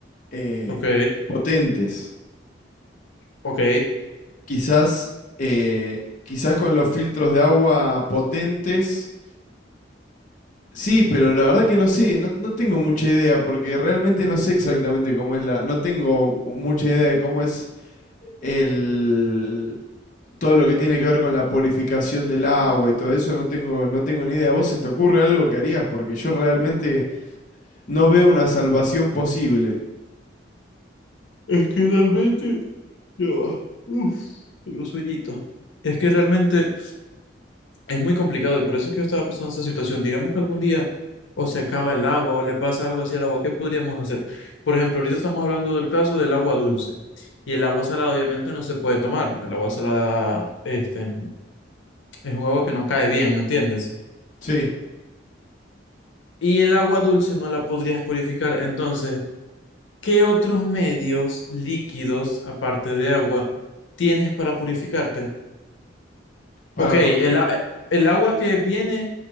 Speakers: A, on the left (about 45°); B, on the left (about 85°).
A: eh,
B: Ok,
A: potentes.
B: ok.
A: Quizás, eh, quizás con los filtros de agua potentes. Sí, pero la verdad que no sé, no, no tengo mucha idea, porque realmente no sé exactamente cómo es la. No tengo mucha idea de cómo es el. Todo lo que tiene que ver con la purificación del agua y todo eso, no tengo, no tengo ni idea. ¿Vos se te ocurre algo que harías? Porque yo realmente no veo una salvación posible.
B: Es que realmente... Ya va. Uf, tengo sueñito. Es que realmente es muy complicado y por eso es que yo estaba pensando en esa situación. Digamos que algún día o se acaba el agua o le pasa algo así al agua, ¿qué podríamos hacer? Por ejemplo, ahorita estamos hablando del caso del agua dulce. Y el agua salada obviamente no se puede tomar. El agua salada, este, es un agua que no cae bien, ¿me entiendes?
A: Sí,
B: Y el agua dulce no la podrías purificar. Entonces, ¿qué otros medios líquidos, aparte de agua, tienes para purificarte?
A: para
B: Ok,
A: po-
B: el, a- el agua que viene,